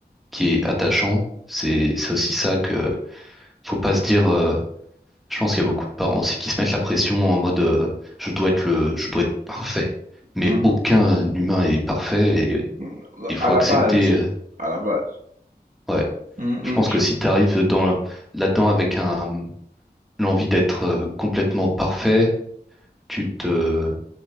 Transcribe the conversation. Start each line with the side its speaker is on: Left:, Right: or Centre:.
Centre: qui est attachant. C'est c'est aussi ça que faut pas se dire. euh, je pense qu'il y a beaucoup de parents aussi qui se mettent la pression en mode euh, je dois être le, je dois être parfait. Mais
Right: Mhm.
Centre: aucun
Right: <laughs>
Centre: humain est parfait et
Right: Mm,
Centre: il faut
Right: À la
Centre: accepter.
Right: base,
Centre: euh,
Right: à la base.
Centre: ouais,
Right: Mm, mm,
Centre: je pense
Right: tu-
Centre: que si tu arrives dans le- là-dedans avec un l'envie d'être euh, complètement parfait, tu te,